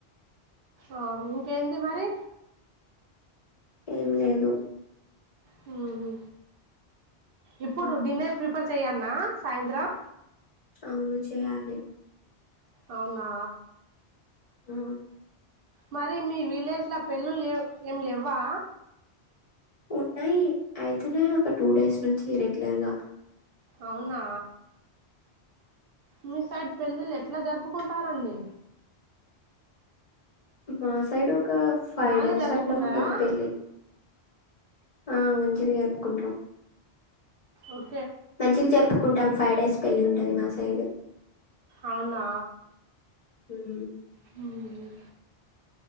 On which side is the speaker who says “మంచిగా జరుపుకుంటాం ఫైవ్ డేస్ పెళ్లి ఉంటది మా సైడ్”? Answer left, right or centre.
Left